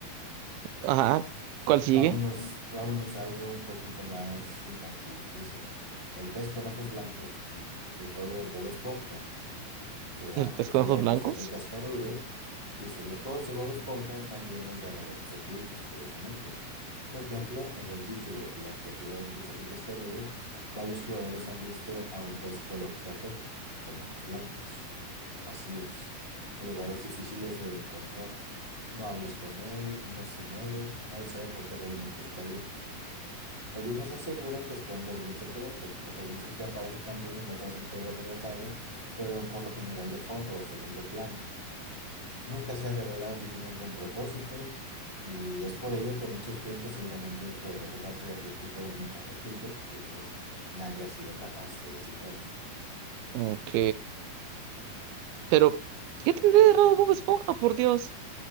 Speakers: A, on the right (about 85°); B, on the left (about 25°).
A: Ajá. ¿Cuál sigue?
B: Vámonos, vámonos a algo un poquito más infantil. Dice, el pez con ojos blancos en el juego Bob Esponja la
A: El pez
B: criatura
A: con ojos
B: del
A: blancos.
B: crustáceo cascarudo dice, los juegos de Bob Esponja están llenos de rarezas ocultas, curiosamente. Por ejemplo, en el título La criatura del crustáceo cascarudo, varios jugadores han visto a un pez color café, con ojos blancos, vacíos, en lugares difíciles de encontrar. No hablas con él, no se mueve, nadie sabe por qué realmente está ahí. Algunos aseguran que esconde algún secreto, otros dicen que aparece también en otras entregas de la saga, pero por lo general de fondo o segundo plano. Nunca se ha revelado si tiene algún propósito, y es por ello que muchos creen que seguramente podría tratarse de algún tipo de mensaje oculto que nadie ha sido capaz de descifrar.
A: Ok. Pero, ¿qué tendré de raro Bob Esponja, por Dios?